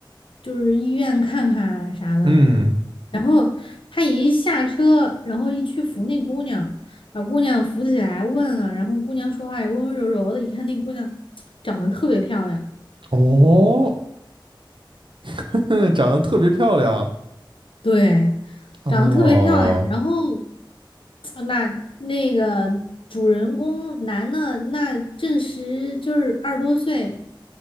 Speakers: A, on the left; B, on the right.
A: 就是医院看看啊啥的？
B: 嗯，
A: 然后他一下车，然后一去扶那姑娘，把姑娘扶起来问了，然后姑娘说话也温温柔柔的，一看那姑娘长得特别漂亮，
B: 哦，<laughs> 长得特别漂亮，
A: 对，
B: 哦，
A: 长得特别漂亮。然后，呃那那个主人公男的，那正值就是二十多岁，